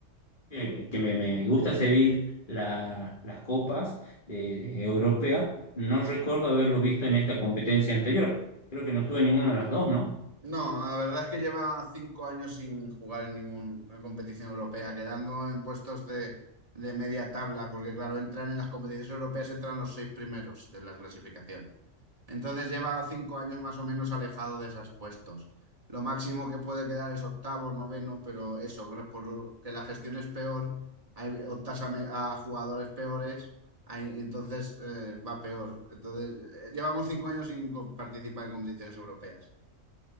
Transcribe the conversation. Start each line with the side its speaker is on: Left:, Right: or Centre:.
Left: eh, que me, me gusta seguir la- las copas eh, europeas, no recuerdo haberlo visto en esta competencia anterior. Creo que no estuve en ninguna de las dos, ¿no?
Right: No, la verdad es que lleva cinco años sin jugar en ninguna competición europea, quedando en puestos de, de media tabla, porque claro, entran en las competiciones europeas, entran los seis primeros de la clasificación. Entonces lleva cinco años más o menos alejado de esos puestos. Lo máximo que puede quedar es octavo, noveno, pero eso, gra- por que la gestión es peor, hay, optas a, me- a jugadores peores, hay- entonces eh, va peor. Entonces, eh, llevamos cinco años sin co- participar en competiciones europeas.